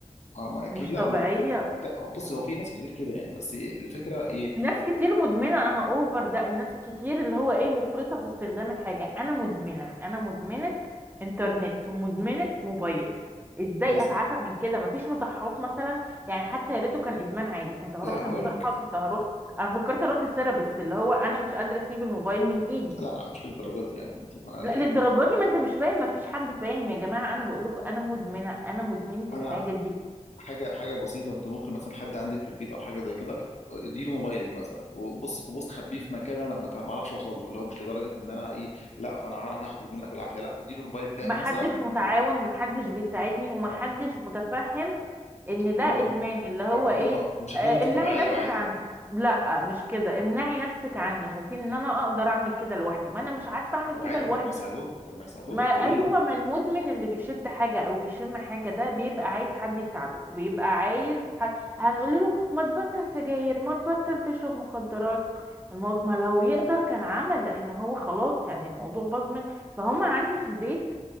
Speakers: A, on the left; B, on the right.
A: اه ما اكيد
B: مش
A: لا
B: طبيعيه
A: ما بصي هو في ناس كتير كده يعني بس الفكره ايه
B: ناس كتير مدمنة انا اوفر ده الناس الكتير اللي هو ايه مفرطة في استخدام الحاجة انا مدمنة انا مدمنة انترنت ومدمنة موبايل ازاي
A: لازم
B: اتعافى من كده مفيش مصحات مثلا يعني حتى يا ريته كان ادمان عادي كنت هروح
A: لا
B: لمصحة
A: هقول لك
B: كنت هروح انا فكرت اروح لثيرابيست اللي هو انا مش قادرة اسيب الموبايل من ايدي
A: لا لا مش للدرجه دي يعني انت مع
B: لا
A: ال-
B: للدرجة دي ما انت مش فاهم مفيش حد فاهم يا جماعة انا بقول لكم انا مدمنة انا مدمنة
A: انا
B: الحاجة دي
A: حاجه حاجه بسيطه انت ممكن مثلا حد عندك في البيت او حاجه زي كده اديله موبايلك مثلا وبص بص خبيه في مكان انا ما تع- ما اعرفش اوصل له اللي هو مش لدرجه ان انا ايه لا فانا هعرف اخده منك بالعافيه لا اديله الموبايل بتاعك
B: محدش
A: مثلا
B: متعاون ومحدش بيساعدني ومحدش
A: اه
B: متفهم ان ده
A: اللي هو
B: ادمان اللي هو
A: اه
B: ايه
A: هم هم شايفين
B: آه،
A: انت
B: امنعي
A: طبيعيه
B: نفسك
A: وعادي
B: عنه لا مش كده امنعي نفسك عنه شايفين ان انا اقدر اعمل كده لوحدي ما انا مش عارفه اعمل
A: طب
B: كده
A: عادي
B: لوحدي
A: طب ما يساعدوك طب ما يساعدوك
B: ما ايوه
A: يقولوا لهم
B: ما المدمن اللي بيشد حاجه او بيشم حاجه ده بيبقى عايز حد يساعده بيبقى عايز حد هنقول له ما تبطل سجاير ما تبطل تشرب مخدرات المو... ما لو يقدر كان عمل لان هو خلاص يعني الموضوع باظ منه فهم عندي في البيت